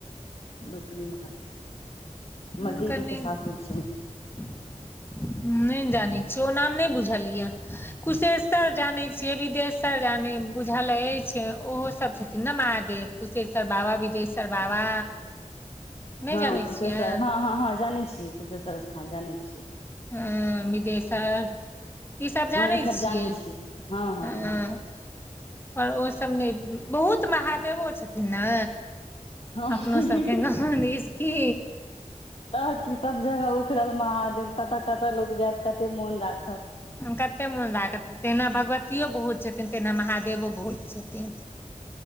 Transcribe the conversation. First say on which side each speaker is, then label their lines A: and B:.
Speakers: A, on the left; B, on the left.
A: दोकली महादेव हमर
B: हुनकर
A: दीदी
B: नहि
A: के सासुर छै उम्हर
B: <inaudible> नहि जानै छियै ओ नाम नहि बुझल यै कुशेश्वर जानै छियै विदेश सर जानै बुझल अछि ओहो सब छथिन न महादेव कुशेश्वर बाबा विदेश् सर बाबा नहि
A: हँ
B: जानै
A: कुशेश्वर
B: छियै
A: हँ हँ हँ जानै छियै कुशेश्वर स्थान जानै छियै
B: ह बिदेशर ईसभ
A: हँ
B: जानैत
A: ई सब
B: छियै
A: जानै छी हँ हँ
B: हं
A: हँ
B: पर ओसभ नहि बहुत महादेवो छथिन ने
A: हँ
B: अपनो सबके गाँव दिस की
A: तऽ की सब जगह उखड़ल महादेव कतऽ कतऽ लोक जायत कते मोन राखत
B: कते मोन लागत तहिना भगवतियो बहुत छथिन तहिना महादेवो बहुत छथिन